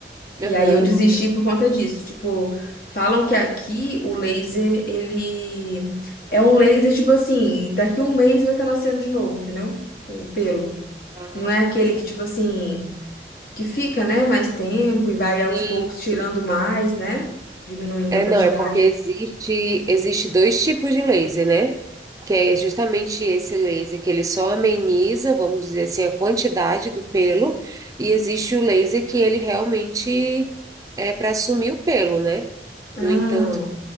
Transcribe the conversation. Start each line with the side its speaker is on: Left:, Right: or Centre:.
Right: Aham.
Left: E aí eu desisti por conta disso. Tipo, falam que aqui o laser, ele é um laser, tipo assim, daqui um mês vai estar nascendo de novo, entendeu? O pelo.
Right: Ah.
Left: Não é aquele que, tipo assim, que fica, né, mais tempo e vai aos
Right: Sim,
Left: poucos tirando mais, né? Diminuindo
Right: é
Left: a
Right: não,
Left: quantidade.
Right: é porque existe existe dois tipos de laser, né? Que é justamente esse laser que ele só ameniza, vamos dizer assim, a quantidade do pelo, e existe o laser que ele realmente é para sumir o pelo, né?
Left: Ah,
Right: No entanto,